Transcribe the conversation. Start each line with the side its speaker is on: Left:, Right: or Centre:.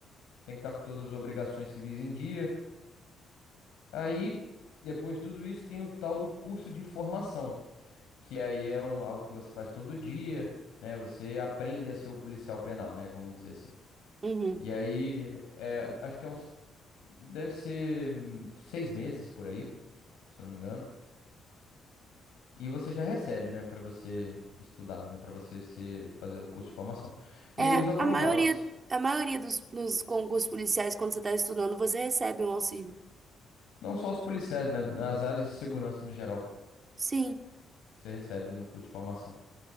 Left: Tem que estar com todas as obrigações civis em dia. Aí, depois de tudo isso, tem o tal do curso de formação. que aí é um, algo que você faz todo dia, né? Você aprende a ser o policial penal, né? Vamos dizer assim.
Right: Uhum.
Left: E aí, é, acho que é uns, deve ser hum, seis meses por aí, se eu não me engano. E você já recebe, né, Pra você estudar, né, Pra você ser, fazer o curso de formação. E
Right: É,
Left: aí os aprovados,
Right: a maioria, a maioria dos, dos concursos policiais, quando você está estudando, você recebe um auxílio.
Left: não só os policiais, né, nas áreas de segurança no geral,
Right: Sim.
Left: você recebe no curso de formação.